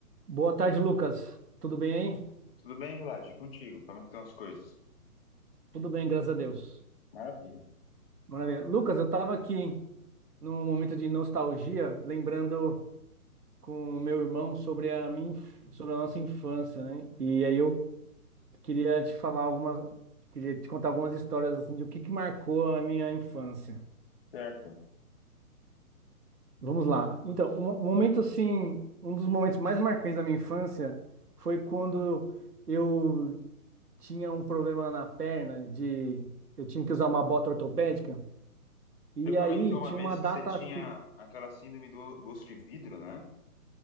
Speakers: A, on the right; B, on the left.
A: Boa tarde, Lucas. Tudo bem aí?
B: Tudo bem, Vlad? E contigo? Como é que estão as coisas?
A: Tudo bem, graças a Deus.
B: Maravilha.
A: Maravilha. Lucas, eu estava aqui num momento de nostalgia, lembrando com o meu irmão sobre a minha, inf- sobre a nossa infância, né? E aí eu queria te falar algumas, queria te contar algumas histórias assim de o que que marcou a minha infância.
B: Certo.
A: Vamos lá. Então, um um momento assim, um dos momentos mais marcantes da minha infância foi quando eu tinha um problema na perna de eu tinha que usar uma bota ortopédica. E
B: Você comentou
A: aí
B: uma
A: tinha
B: vez
A: uma data.
B: que você tinha
A: fi-
B: aquela síndrome do, do osso de vidro, né?